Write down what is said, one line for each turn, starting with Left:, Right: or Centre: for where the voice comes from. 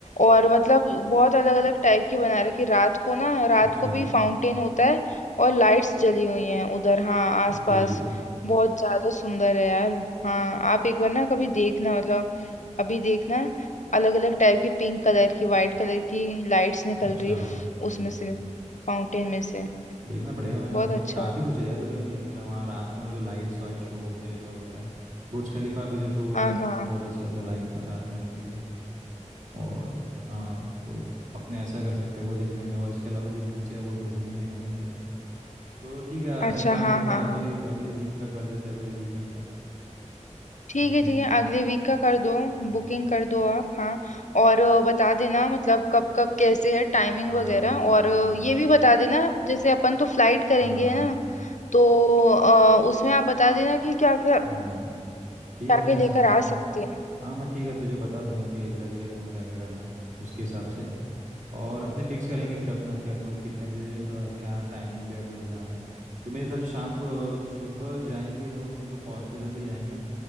Left: और मतलब बहुत अलग अलग टाइप के बना रखे रात को ना रात
Right: अच्छा
Left: को भी फाउंटेन होता है और लाइट्स जली हुई हैं उधर हाँ आसपास
Right: ओके
Left: बहुत ज्यादा सुंदर है यार हाँ आप एक बार ना कभी देखना मतलब अभी देखना अलग अलग टाइप की पिंक कलर की वाइट कलर की लाइट्स निकल
Right: अच्छा
Left: रही है फ-
Right: हम्म
Left: उसमें से फाउंटेन में से
Right: देखना पड़ेगा मैंने
Left: बहुत
Right: मतलब
Left: अच्छा
Right: काफ़ी
Left: है
Right: कुछ है यार दुबई में देखने के लिए वहाँ रात को में जो लाइट्स वाइट शो होते हैं सब होता है बुर्ज खलीफा पे जो शो होता
Left: हाँ
Right: है वो
Left: हाँ
Right: भी बहुत अच्छा होता है लाइट में रात में देखने के लिए और हाँ तो अपने ऐसा कर सकते हैं वो देख लेंगे और इसके अलावा जो बीच है वो तो घूमेंगे ही घूमेंगे तो ठीक है
Left: अच्छा
Right: एक काम
Left: हाँ
Right: करते
Left: हाँ
Right: हैं अगले
Left: हाँ
Right: अगले वीक का कर देते हैं अगले वीकेंड का
Left: ठीक
Right: बुकिंग
Left: है ठीक है अगले वीक का कर दो
Right: हम्म
Left: बुकिंग कर दो आप हाँ और अ, बता देना मतलब कब कब कैसे है टाइमिंग
Right: हाँ
Left: वगैरह और अ,
Right: हाँ
Left: ये भी बता देना जैसे अपन तो फ्लाइट करेंगे
Right: हाँ
Left: है ना तो अ, उसमें आप बता देना कि क्या क्या
Right: हम्म ठीक
Left: क्या
Right: है
Left: क्या
Right: ना
Left: लेकर
Right: ऐसा
Left: आ सकते हैं
Right: हाँ मैं ठीक है तुझे बता दूंगा कि एग्जैक्टली exactly अपने को क्या क्या करना है उसके हिसाब से और अपने फिक्स करेंगे फिर अपना कि अपने को कितने बजे अ, क्या टाइमिंग पे अपने को जाना है क्योंकि मेरे हिसाब से शाम को अ, सुबह जाएंगे तो अपने तो पहुंच तो जल्दी जाएंगे